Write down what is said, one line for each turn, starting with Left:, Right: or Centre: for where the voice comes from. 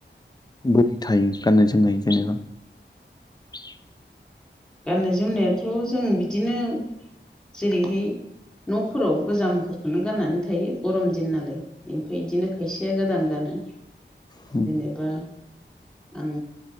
Left: बोरै थायो गाननाय जोमनाय जेनेबा <inaudible>
Centre: गाननाय जोमनायाथ जों बिदिनो जेरैहाय नफोराव गोजाम फोरखौनो गाननानै थायो गरम दिन नालाय ओमफ्राय बिदिनो खायसेया गोदान गानो
Left: ओमफ्राय
Centre: जेनेबा आं